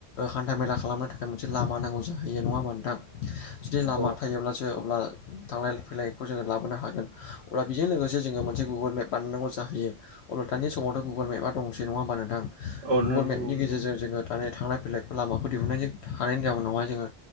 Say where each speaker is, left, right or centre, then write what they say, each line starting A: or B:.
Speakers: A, on the left; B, on the right.
A: हान्था मेला खालामनो थाखाय मोनसे लामा नांगौ जाहैयो नङा होमबा नोंथां? जुदि लामा
B: औ
A: थायोब्लासो अब्ला थांलाय फैलायखौ जोङो लाबोनो हागोन अब्ला बेजों लोगोसे जोङो मोनसे गुगोल मेप बानायनांगौ जाहैयो अलथानि समावथ' गुगोल मेपा दंसै नङा होमबा नोंथां
B: औ
A: गुगोल
B: नंगौ
A: मेपनि
B: नंगौ
A: गेजेरजों जोङो माने थांलाय फैलाय लामाखौ दिहुननो हानायनि जाउनावहाय जोङो